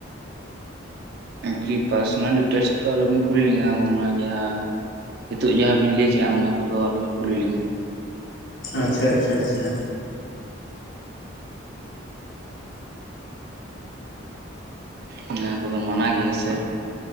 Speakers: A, on the right; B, on the left.
A: ᱟᱨᱠᱤ ᱯᱟᱨᱥᱚᱱᱟᱞ ᱰᱤᱴᱮᱞᱥ ᱠᱚ ᱫᱚ ᱟᱞᱚ ᱵᱤᱱ ᱠᱩᱞᱤ ᱞᱤᱧᱟ ᱚᱱᱟ ᱡᱟᱦᱟᱸ ᱦᱤᱛᱳᱜ ᱡᱟᱦᱟᱸᱵᱤᱱ ᱞᱟᱹᱭ ᱠᱮᱫᱼᱟ ᱚᱱᱟ ᱠᱚ ᱫᱚ ᱟᱞᱚᱵᱤᱱ ᱠᱩᱞᱤ ᱞᱤᱧᱟ ᱾
B: ᱟᱪᱷᱟ ᱟᱪᱷᱟ ᱟᱪᱷᱟ,
A: ᱚᱱᱟ ᱠᱚ ᱫᱚ ᱢᱟᱱᱟ ᱜᱮᱭᱟ ᱥᱮ ᱾